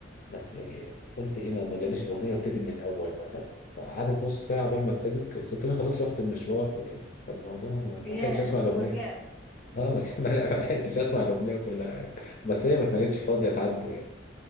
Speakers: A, on the left (about 45°); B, in the centre.
A: بس يعني قلت إيه ما ما جاليش الأغنية وابتدي من الأول مثلا قعدت نص ساعة قبل ما ابتدت كنت أنا خلاص رحت المشوار ويعني فالموضوع ما ما
B: <laughs>
A: لحقتش
B: ياه
A: أسمع الأغنية
B: ورجعت
A: اه ما لح- <laughs> ما لح- ما لحقتش اسمع الاغنيه كلها بس هي ما كانتش فاضيه تعاتبه يعني